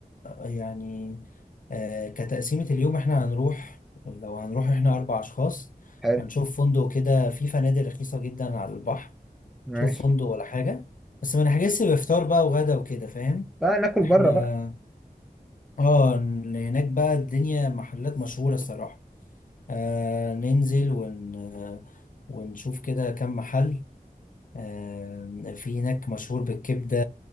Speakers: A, on the left (about 60°); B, in the centre.
A: يعني آه، كتقسيمة اليوم احنا هنروح لو هنروح احنا أربع أشخاص
B: حلو
A: هنشوف فندق كده في فنادق رخيصة جدا على البحر
B: ماشي
A: نشوف فندق ولا حاجة بس ما نحجزش بفطار بقى وغدا وكده فاهم
B: بقى ناكل بره
A: احنا
B: بقى
A: اه ن- هناك بقى الدنيا محلات مشهورة الصراحة آه ننزل ون... آه، ونشوف كده كم محل آم، في هناك مشهور بالكبدة